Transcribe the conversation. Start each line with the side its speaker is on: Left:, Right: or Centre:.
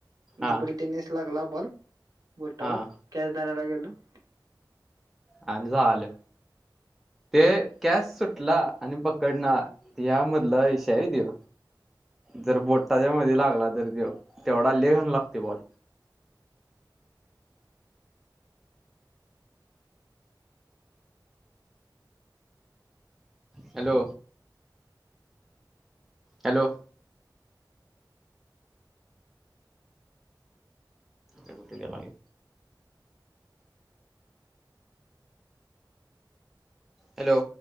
Centre: हा
Right: डब्बडी टेनिस लागला बॉल बोटावर
Centre: हा
Right: कॅश धरायला गेल ट
Centre: आणि झालं ते कॅस सुटला आणि पकडणार यामधला विशय हाय त्यो जर बोटटाच्या मध्ये लागला तर ते तेवढा ल्ले घाल लागते बॉल हॅलो हॅलो ठक माे हॅलो